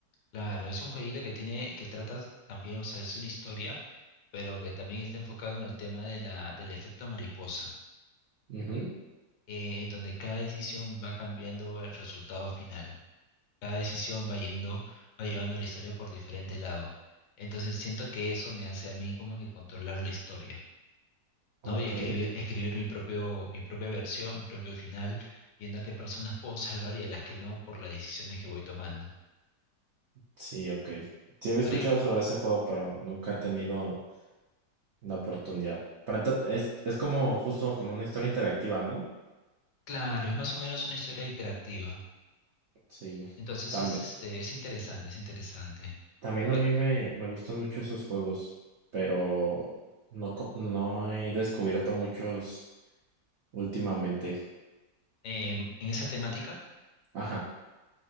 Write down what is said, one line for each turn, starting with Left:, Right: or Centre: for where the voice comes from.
Left: claro, es un jueguito que tiene, que trata también, o sea, es una historia, pero que también está enfocado en el tema de la, del efecto mariposa,
Right: Ujú,
Left: eh, en donde cada decisión va cambiando el resultado final. Cada decisión va yendo, va llevando la historia por diferente lado. Entonces siento que eso me hace a mí como que controlar la historia.
Right: Ok.
Left: ¿no? Y escribir, escribir mi propio, mi propia versión, mi propio final, viendo a qué personas puedo salvar y a las que no por las decisiones que voy tomando.
Right: Sí, ok. Sí, había escuchado
Left: Pero y-
Right: sobre ese juego, pero nunca he tenido la oportunidad. Pero ento- es, es como justo como una historia interactiva, ¿no?
Left: claro, es más o menos una historia interactiva.
Right: Sí,
Left: Entonces
Right: también.
Left: es, este, es interesante, es interesante.
Right: También
Left: Pero,
Right: a mí me, me gustan mucho esos juegos, pero no, co- no he descubierto muchos últimamente.
Left: eh, en esa temática.
Right: Ajá.